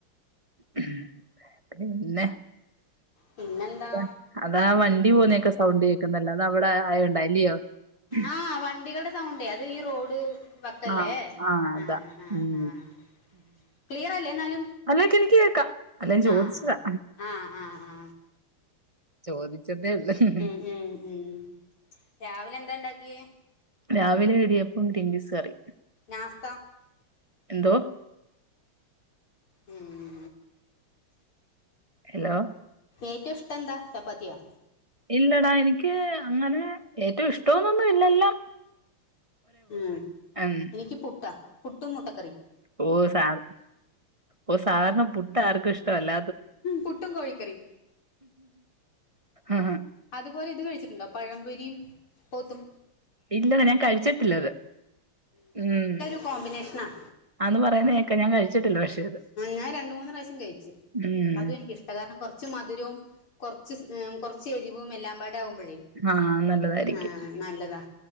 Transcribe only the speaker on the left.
പിന്നെന്താ
ആ വണ്ടികളുടെ സൗണ്ടേ അത് ഈ റോഡ് വക്കല്ലേ
ആഹ് ആഹ്
ആഹ് ക്ലിയറല്ലേ എന്നാലും?
ആ ആ ആ ആ ആ
ഉംമ് ഉംമ്. രാവിലെന്താ ണ്ടാക്കിയെ?
നാസ്ത
ഉം
ഏറ്റവും ഇഷ്ട്ടം എന്താ ചപ്പാത്തിയോ
ഉം
എനിക്ക് പുട്ടാ പുട്ടും മൊട്ടക്കറി
പുട്ടും കോഴിക്കറി
അതുപോലെ ഇത് കഴിച്ചിട്ടുണ്ടോ പഴംപൊരിയും പോത്തും
ഇത്
നല്ലൊരു കോമ്പിനേഷനാ
ഞാൻ രണ്ട് മൂന്ന് പ്രാവശ്യം കഴിച്ചു
അതും എനിക്ക് ഇഷ്ട കാരണം കൊറച്ച്- കൊറച്ച് മധുരവും കൊറച്ച് കൊ റച്ച് എരിവും എല്ലാം പാടാകുമ്പോഴേ
ആഹ് നല്ലതാ